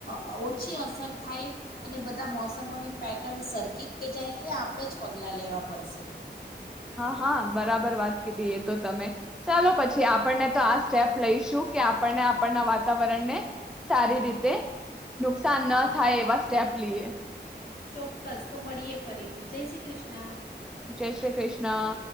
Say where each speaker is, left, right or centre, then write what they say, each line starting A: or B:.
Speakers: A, on the left; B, in the centre.
A: અ ઓછી અસર થાય અને બધા મોસમોની પેટર્ન સરકી જાય એ આપણે જ પગલાં લેવાં પડશે.
B: હા હા બરાબર વાત કીધી એ તો તમે ચાલો પછી. આપણને તો આ સ્ટેપ લઈશ. <unintelligible> કે આપણને આપણના વાતાવરણ ને સારી રીતે. નુકસાન ન
A: હા
B: થાય એવા સ્ટેપ લઈએ.
A: ચોક્કસ તો મળીએ ફરીથી જય શ્રી કૃષ્ણા.
B: જય શ્રી કૃષ્ણા.